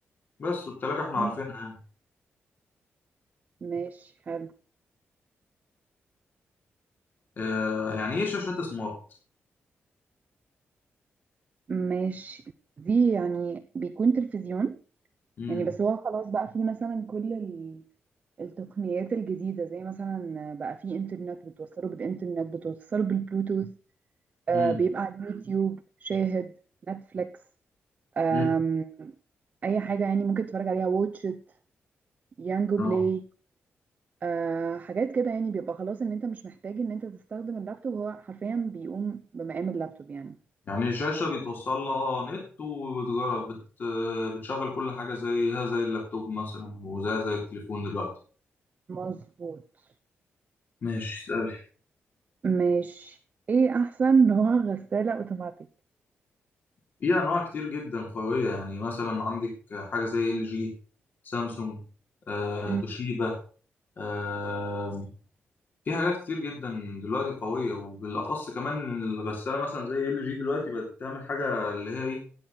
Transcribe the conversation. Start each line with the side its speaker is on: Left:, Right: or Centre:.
Left: بس والتلاجة إحنا
Right: مم.
Left: عارفينها يعني
Right: ماشي حلو
Left: آه، يعني إيه شاشات سمارت؟
Right: ماشي دي يعني بيكون تلفزيون
Left: مم.
Right: يعني بس هو خلاص بقى في مثلا كل ال- التقنيات الجديدة زي مثلا بقى في انترنت بتوصله بالانترنت بتوصله بالبلوتوث آه
Left: مم.
Right: بيبقى على اليوتيوب شاهد نتفليكس آم،
Left: مم.
Right: اي حاجة يعني ممكن تتفرج عليها واتشت يانجو
Left: آه.
Right: بلاي آه حاجات كده يعني بيبقى خلاص ان انت مش محتاج ان انت تستخدم اللابتوب هو حرفيا بيقوم بمقام اللابتوب يعني
Left: يعني شاشة بيتوصل لها نت وبتجرب بت... بتشغل كل حاجة زيها زي اللابتوب مثلا وزيها زي التليفون دلوقتي
Right: مظبوط
Left: ماشي اسألي
Right: ماشي ايه احسن <laughs> نوع غسالة اوتوماتيك
Left: في أنواع كتير جدا قوية يعني مثلا عندك حاجة زي ال جي سامسونج آه،
Right: امم
Left: توشيبا آه، في حاجات كتير جدا دلوقتي قوية وبالأخص كمان إن الغسالة مثلا زي ال جي دلوقتي بقت بتعمل حاجة اللي هي إيه